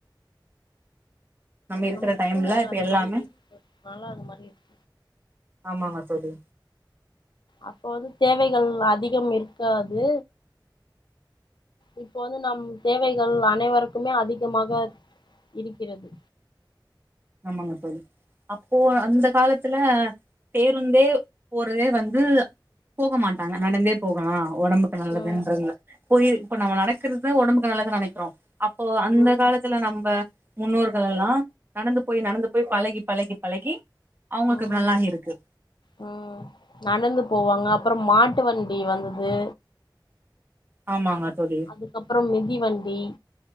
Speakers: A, on the right; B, on the left.
A: இருக்கிற
B: நம்ம
A: டைம்ல
B: சூழ்நெல
A: இப்ப
B: அது
A: எல்லாமே
B: மாரி இருக்கிது அதனால அது மாரி இருக்
A: ஆமாங்க தோழி
B: அப்ப வந்து தேவைகள் அதிகம் இருக்காது இப்போ வந்து நம் தேவைகள் அனைவருக்குமே அதிகமாக இருக்கிறது
A: ஆமாங்க தோழி அப்போ அந்த காலத்துல பேருந்தே போறதே வந்து போக மாட்டாங்க நடந்தே போகலா ஒடம்புக்கு நல்லதுன்றங்க
B: ம்
A: போய் இப்ப நம்ம நடக்கறது ஒடம்புக்கு நல்லதுன் நெனக்கிறோ அப்போ அந்த
B: ம்
A: காலத்துல நம்ப முன்னோர்கள் எல்லா நடந்து போய் நடந்து போய் பழகி பழகி பழகி அவுங்களுக்கு
B: ம்
A: நல்லாகி இருக்கு
B: ம் நடந்து போவாங்க அப்றோ மாட்டு வண்டி வந்துது
A: ஆமாங்க தோழி
B: அதுக்கப்றோ மிதிவண்டி